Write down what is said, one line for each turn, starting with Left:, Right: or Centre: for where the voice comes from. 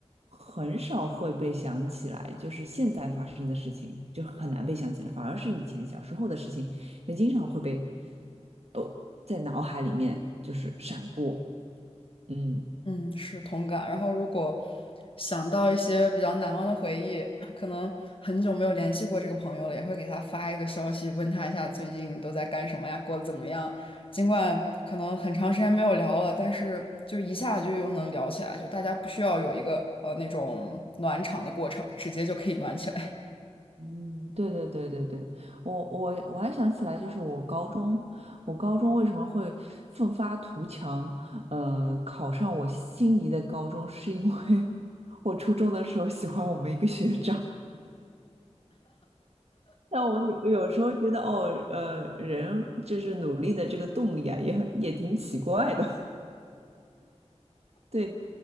Right: 很少会被想起来，就是现在发生的事情就很难被想起来，反而是以前小时候的事情，也经常会被哦在脑海里面就是闪过，嗯。
Left: 嗯，是同感。然后，如果想到一些比较难忘的回忆，可能很久没有联系过这个朋友了，也会给他发一个消息，问他一下最近都在干什么呀，过得怎么样。尽管可能很长时间没有聊了，但是就一下就又能聊起来，就大家不需要有一个呃那种暖场的过程，直接就可以暖起来。
Right: 嗯，对对对对对，我我我还想起来，就是我高中，我高中为什么会奋发图强，呃，考上我心仪的高中，是因为 <laughs> 我初中的时候喜欢我们一个学长。但我有有时候觉得，哦，呃，人就是努力的这个动力啊，也很也挺奇怪的。<laughs> 对，